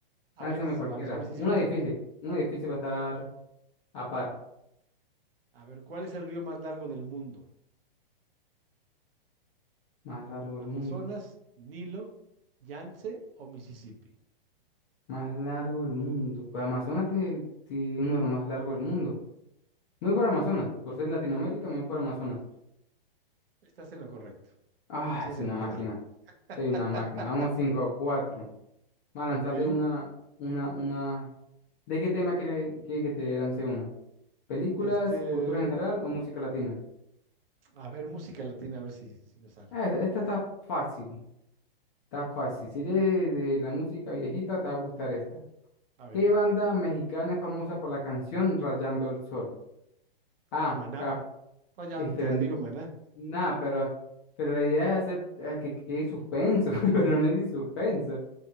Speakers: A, on the right (about 75°); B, on the left (about 30°).
A: A
B: Lánzame
A: ver si
B: cualquiera.
A: vamos a ver si es
B: Una
A: cierto.
B: difícil, una difícil va a estar a par.
A: A ver, ¿cuál es el río más largo del mundo?
B: Más largo del
A: ¿Amazonas,
B: mundo,
A: Nilo, Yangtze o Mississippi?
B: más largo del mundo. Pues Amazonas tiene, tiene uno de los más largos del mundo. Muy por Amazonas, por ser Latinoamérica, muy por Amazonas.
A: Estás en lo correcto.
B: Ay,
A: Sí es
B: soy
A: el
B: una
A: más
B: máquina,
A: largo. <laughs>
B: soy una máquina. Vamos cinco cuatro. Vamos a
A: Ok.
B: lanzarle una, una, una. ¿De qué tema quiere, quiere que te lance uno? ¿Películas,
A: Este,
B: cultura general o música latina?
A: a ver, música latina, a ver si, si me sale.
B: Ah, esta, esta está fácil, está fácil. Si eres de la música viejita, te va a gustar esta.
A: A ver.
B: ¿Qué banda mexicana es famosa por la canción Rayando el Sol? Ah,
A: Ah, Maná.
B: Caf-
A: No, ya
B: eh, pero
A: te la digo, Maná.
B: nada, pero, pero la idea es hacer eh, que que quede suspenso, <laughs> pero no hay ni suspenso.